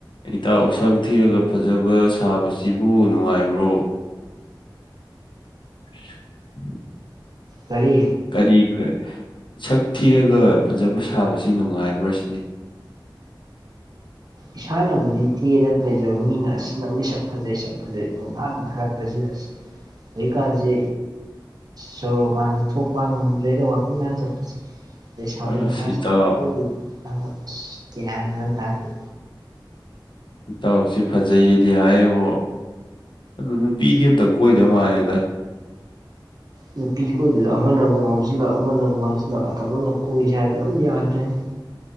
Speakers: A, on the left (about 75°); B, on the right (about 50°).
A: ꯏꯇꯥꯎ ꯁꯛ ꯊꯤꯔꯒ ꯐꯖꯕ ꯁꯥꯕꯁꯤꯕꯨ ꯅꯨꯡꯉꯥꯏꯕ꯭ꯔꯣ <unintelligible>
B: ꯀꯔꯤ
A: ꯀꯔꯤ ꯀꯥ ꯁꯛ ꯊꯤꯔꯒ ꯐꯖꯕ ꯁꯥꯕꯁꯤ ꯅꯨꯡꯉꯥꯏꯕ꯭ꯔꯥ ꯁꯤꯅꯤ
B: ꯏꯁꯥꯅꯕꯨꯗꯤ ꯊꯤꯌꯦꯅꯥ ꯂꯩꯖꯕ ꯃꯤꯅ ꯑꯁ ꯅꯪꯗꯤ ꯁꯛ ꯐꯖꯩ ꯁꯛ ꯐꯖꯩ ꯄꯪꯊꯥꯗ ꯊꯥꯒꯠ ꯄꯁꯤꯗ ꯑꯁ ꯍꯧꯖꯤꯛꯀꯥꯟꯁꯤ ꯁꯣꯔꯣꯛꯀꯥꯟꯁꯤ ꯊꯣꯛꯄ ꯉꯝꯗ꯭ꯔꯦꯗ ꯋꯥꯛꯀꯤꯡꯒꯥꯟ ꯆꯠꯄꯁꯤ ꯂꯩꯁꯥꯕꯤ
A: ꯑꯁ
B: ꯃꯆꯥꯁꯤ
A: ꯏꯇꯥꯎ
B: <unintelligible> ꯑꯁ ꯒ꯭ꯌꯥꯟ ꯒꯥ ꯑꯝ ꯇꯥꯗꯦ
A: ꯏꯇꯥꯎꯁꯤ ꯐꯖꯩꯌꯦꯗꯤ ꯍꯥꯏꯌꯦꯕꯣ ꯑꯗꯨ ꯅꯨꯄꯤꯗꯤ ꯑꯝꯇ ꯀꯣꯏꯗ ꯃꯥꯜꯂꯦꯗ
B: ꯅꯨꯄꯤ ꯀꯣꯏꯗꯧꯗꯨ ꯑꯃꯅ ꯑꯃꯨꯛ ꯉꯥꯎꯁꯤꯜꯂꯛ ꯑꯃꯅ ꯑꯃꯨꯛ ꯉꯥꯎꯁꯤꯜꯂꯛ ꯑꯐꯕꯃ ꯀꯣꯏꯁꯦ ꯍꯥꯏꯕꯗ ꯑꯝ ꯌꯥꯗ꯭ꯔꯦꯅꯦ